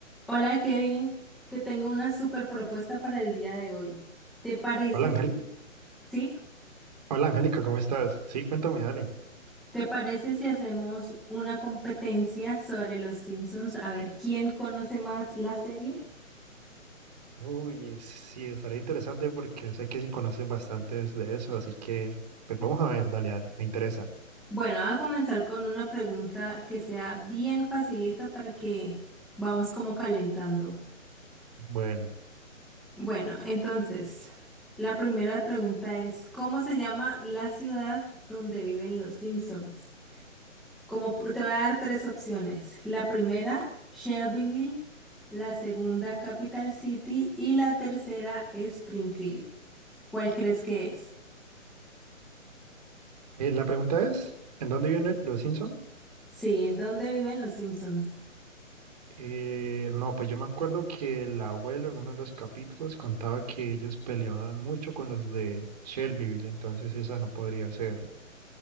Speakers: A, in the centre; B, on the right.
A: Hola Kevin, te tengo una super propuesta para el día de hoy. ¿Te parece,
B: Hola, Ángel.
A: sí?
B: Hola Angélica, ¿cómo estás? Sí, cuéntame, dale.
A: ¿Te parece si hacemos una competencia sobre los Simpsons a ver quién conoce más la serie?
B: Uy, sí, estaría interesante porque sé que sí conoces bastantes de eso, así que pues vamos a ver, dale, dale, me interesa.
A: Bueno, voy a comenzar con una pregunta que sea bien facilita para que vamos como calentando.
B: Bueno,
A: Bueno, entonces, la primera pregunta es, ¿cómo se llama la ciudad donde viven los Simpsons? Como pr- te voy a dar tres opciones. La primera, Shelbyville, la segunda, Capital City y la tercera, Springfield. ¿Cuál crees que es?
B: eh, la pregunta es, ¿en dónde viven los Simpson?
A: Sí, ¿en dónde viven los Simpsons?
B: Eh, no, pues yo me acuerdo que el abuelo en uno de los capítulos contaba que ellos peleaban mucho con los de Shelbyville, entonces esa no podría ser.